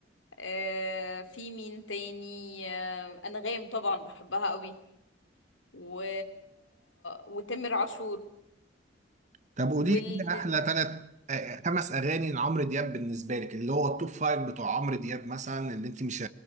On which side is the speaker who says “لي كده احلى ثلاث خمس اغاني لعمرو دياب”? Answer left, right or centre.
Right